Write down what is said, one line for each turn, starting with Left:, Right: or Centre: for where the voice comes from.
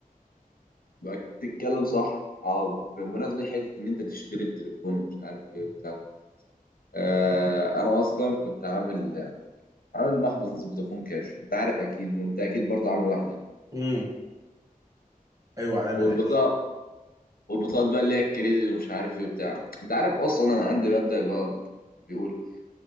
Left: بقى بتتكلم صح اه بمناسبة حتة ان انت تشتري التليفون ومش عارف ايه وبتاع آه انا اصلا كنت عامل عامل محفظ فودافون كاش انت عارف اكيد وانت اكيد برضه عامل واحده
Right: امم ايوه عامل
Left: والبطاقه
Right: اكيد
Left: والبطاقات بقى اللي هي الكريدت ومش عارف ايه وبتاع انت عارف اصلا انا عندي مبدأ اللي هو بيقول